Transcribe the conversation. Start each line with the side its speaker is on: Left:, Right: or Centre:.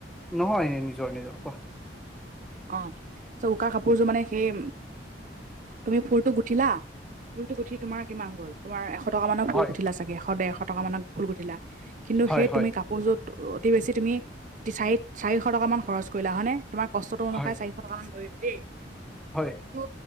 Centre: নহয় নিজৰ নিজৰ। কোৱা
Right: অ', চ উকা কাপোৰযোৰ মানে সেই তুমি ফুলটো গুঠিলা ফুলটো গুঠি তোমাৰ কিমান গ'ল? তোমাৰ এশ টকা মানৰ ফুল
Centre: হয়
Right: গুঠিলা চাগে, এশ দেৰশ টকা মানত ফুল গুঠিলা কিন্তু
Centre: হয়
Right: সেই
Centre: হয়
Right: তুমি কাপোৰযোত অতি বেছি তুমি চাৰি- চাৰিশ টকা মান খৰচ কৰিলা হয় নে তোমাৰ কষ্টটো অনুসাৰে
Centre: হয়
Right: চাৰি শ টকামান ধৰিলোঁ দেই
Centre: হয়।
Right: টো